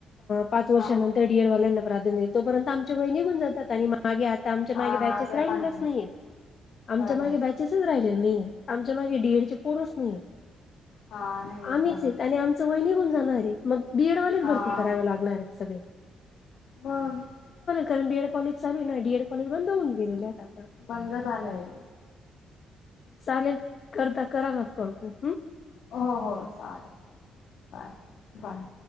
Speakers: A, on the left; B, on the left.
A: पाच वर्षांनंतर
B: हा
A: डी एड वाल्यांना प्राधान्य हे तोपर्यंत आमचे वय निघून जातात आणि मग मागे आता आमच्या
B: हा
A: मागे बॅचेस
B: ते
A: राहिलेलेच
B: पण आहे
A: नाही आमच्या
B: खरंच
A: मागे बॅचेसच राहिलेले नाहीे आमच्या मागे डी एड चे पोरच नाहीयेत
B: हा नाही
A: आम्हीच
B: खरंच
A: आहेत आणि आमचं वय निघून जाणार मग बी एड वालेच
B: हा
A: भरती कराव लागणार आहेत सगळ
B: मग
A: कारण बी एड कॉलेज चालू ना डी एड कॉलेज बंद होऊन गेले ना आता
B: बंद झालंय
A: चालेल करता कराना चालतय हम्
B: हो हो चालेेल बाय बाय